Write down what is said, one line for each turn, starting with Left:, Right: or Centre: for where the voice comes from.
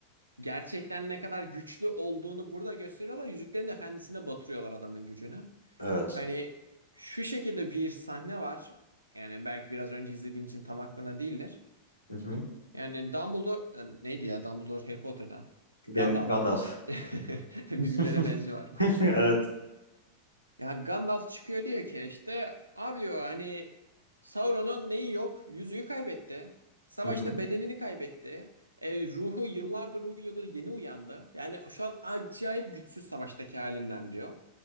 Right: gerçekten ne kadar güçlü olduğunu burada gösteriyorlar. Yüzüklerin Efendisi'nde batırıyorlar adamın gücünü.
Left: Evet.
Right: Hani şu şekilde bir sahne var. Yani belki biraz önce izlediğim için tam aklına değildir.
Left: Hı hı.
Right: Yani Dumbledore e, neydi ya Dumbledore Harry Potter'dan.
Left: Gan-
Right: Gandalf.
Left: Gandalf.
Right: <laughs> Birbirlerine
Left: <laughs>
Right: benziyorlar.
Left: Evet.
Right: Ya Gandalf çıkıyor diyor ki işte abi diyor hani Sauron'un neyi yok? Yüzüğü kaybetti. Savaşta
Left: Hı hı.
Right: bedenini kaybetti. E, ruhu yıllardır uyuyordu yeni uyandı. Yani şu an acayip güçsüz savaştaki halinden diyor.